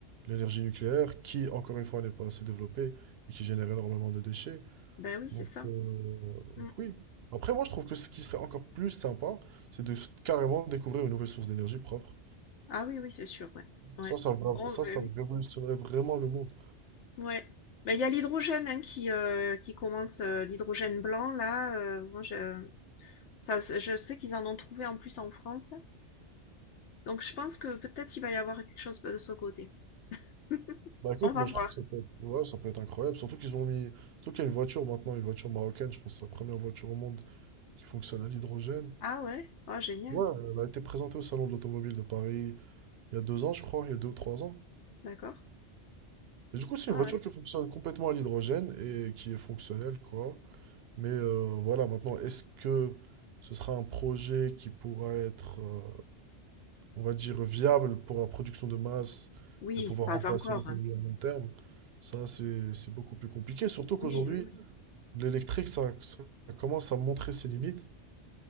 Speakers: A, on the right; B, on the left.
A: l'énergie nucléaire, qui, encore une fois, n'est pas assez développée et qui génère énormément de déchets.
B: Ben oui,
A: Donc,
B: c'est ça.
A: euh, donc
B: Mm.
A: oui. Après, moi, je trouve que ce qui serait encore plus sympa, c'est de s- carrément découvrir une nouvelle source d'énergie propre.
B: Ah oui, oui, c'est sûr. Ouais. Ouais.
A: Ça, ça, vra-
B: Oh,
A: ça,
B: ben
A: ça
B: oui.
A: révolutionnerait vraiment le monde.
B: Ouais. Bah, il y a l'hydrogène hein, qui, euh, qui commence, euh, l'hydrogène blanc, là. euh, moi, je, ça, je sais qu'ils en ont trouvé en plus en France. Donc, je pense que peut-être il va y avoir quelque chose de ce côté. <laughs>
A: Bah écoute,
B: On va
A: moi
B: voir.
A: je trouve que ça peut être, ouais, ça peut être incroyable. Surtout qu'ils ont mis. Surtout qu'il y a une voiture maintenant, une voiture marocaine, je pense que c'est la première voiture au monde qui fonctionne à l'hydrogène.
B: Ah ouais? Ah, génial.
A: Ouais, elle a été présentée au Salon de l'Automobile de Paris il y a deux ans, je crois, il y a deux ou trois ans.
B: D'accord.
A: Et du coup, c'est
B: Ah
A: une voiture
B: ouais.
A: qui fonctionne complètement à l'hydrogène et qui est fonctionnelle, quoi. Mais euh, voilà, maintenant, est-ce que ce sera un projet qui pourra être, euh, on va dire, viable pour la production de masse
B: Oui,
A: et pouvoir
B: pas
A: remplacer
B: encore.
A: l'automobile
B: hein.
A: à long terme? Ça, c'est c'est beaucoup plus compliqué. Surtout qu'aujourd'hui,
B: Oui, oui, oui.
A: L'électrique, ça, ça commence à montrer ses limites.